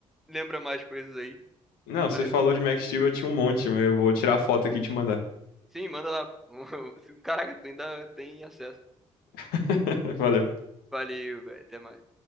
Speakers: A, in the centre; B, on the left (about 70°).
A: lembra mais coisas aí.
B: Não,
A: Valeu?
B: você falou de Max Steel, eu tinha um monte, mas eu vou tirar a foto aqui e te mandar.
A: Sim, manda lá. <laughs> Caraca, tu ainda tem acesso.
B: <laughs> Valeu.
A: Valeu, velho. Até mais.